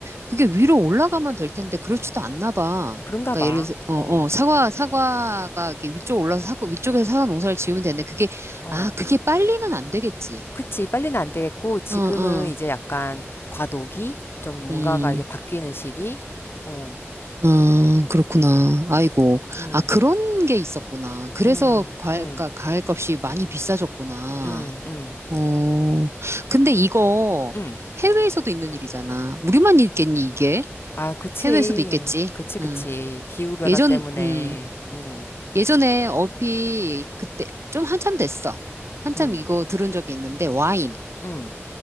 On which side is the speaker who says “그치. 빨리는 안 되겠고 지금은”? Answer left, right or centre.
Left